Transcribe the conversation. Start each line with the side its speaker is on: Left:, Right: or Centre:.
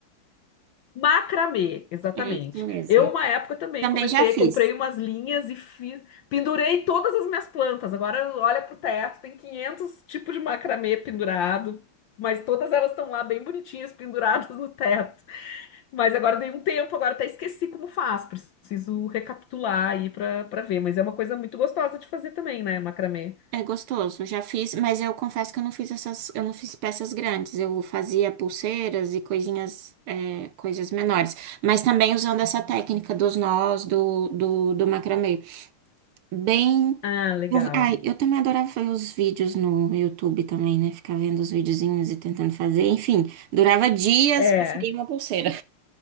Left: Macramê, exatamente.
Right: É isso mesmo.
Left: Eu, uma época também
Right: Também
Left: comecei,
Right: já fiz.
Left: comprei umas linhas e fiz, pendurei todas as minhas plantas. Agora olha pro teto, tem 500 tipos de macramê pendurado, mas todas elas estão lá bem bonitinhas, penduradas no teto. Mas agora dei um tempo, agora até esqueci como faz. Preciso recapitular aí pra, pra ver. Mas é uma coisa muito gostosa de fazer também, né, macramê?
Right: É gostoso, já fiz, mas eu confesso que eu não fiz essas, eu não fiz peças grandes, eu fazia pulseiras e coisinhas, é, coisas menores, mas também usando essa técnica dos nós, do, do, do macramê. Bem,
Left: Ah, legal.
Right: eu, ai, eu também adorava fazer os vídeos no YouTube também, né? Ficar vendo os videozinhos e tentando fazer, enfim, durava dias
Left: É.
Right: pra sair uma pulseira.